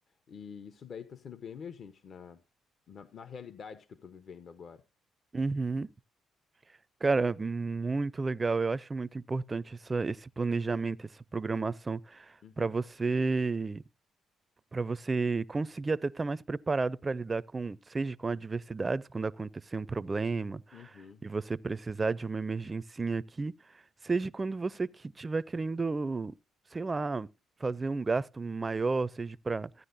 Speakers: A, on the left; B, on the right.
A: E isso daí tá sendo bem emergente na, na, na realidade que eu tô vivendo agora.
B: Uhum, Cara, muito legal. Eu acho muito importante essa, esse planejamento, essa programação
A: Uhum.
B: para você, para você conseguir até estar mais preparado para lidar com, seja com adversidades, quando acontecer um problema
A: Uhum.
B: e você precisar de uma emergência aqui, seja quando você que tiver querendo, sei lá, fazer um gasto maior, seja para,